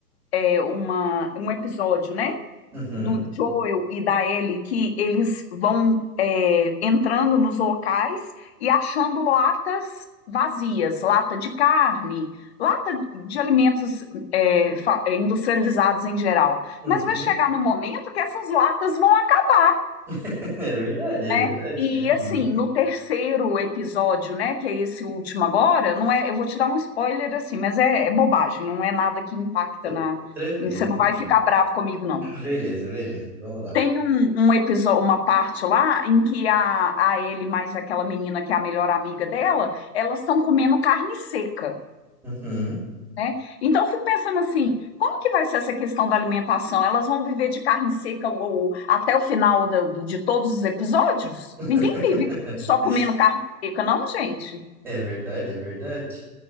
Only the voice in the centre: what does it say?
Uhum.
Uhum.
<laughs> É verdade, é
verdade.
Uhum.
Tr-
Tranquilo,
tranquilo.
<laughs> Beleza, beleza, vamos lá.
Uhum.
<laughs>
É verdade, é verdade.